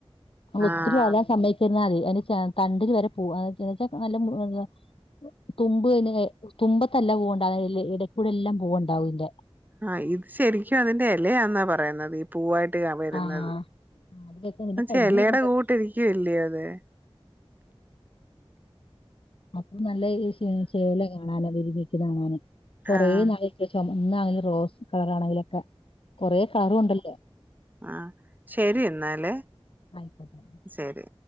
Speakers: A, on the left; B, on the right.
A: ളുത്തിരി
B: ആഹ്
A: ആല സമ്മയ് നൽ <unintelligible> തണ്ടിത് വര പോവാ <unintelligible> ന്നുവച്ചാ <unintelligible> തുമ്പ്ന് തുമ്പത്തല്ല പൂവ്ണ്ടാകു <unintelligible> ന്നെ ഇടയ്ക്കൂടെല്ലാം പൂണ്ടാവും ഇയിന്റെ
B: ആ ഇതു ശരിയ്ക്കും അതിന്റെ ഇലയാന്നാ പറയുന്നത് ഈ പൂവായിട്ട് ട്ടിയാ വരുന്നത്
A: ആഹ് അതിലൊക്കെ പിന്നെ
B: ന്നിച്ചാ
A: കരിഞ്ഞു
B: ഇലേടെ
A: പോന്നിട്ട്
B: കൂട്ടിരിയ്ക്കുവല്ലേ അതെ
A: അതു നൽ <unintelligible> വിത്ത് വാങ്ങാനും കുറെ
B: ആഹ്
A: നാളായിക്ക്ണ് ചൊമ ന്ന ആ റോസ് കളറാണെങ്കിലൊക്കെ കൊറെ കളറുണ്ടല്ലോ
B: ആ ശരി എന്നാലേ
A: ആയിക്കോട്ടെ <inaudible>
B: ശരി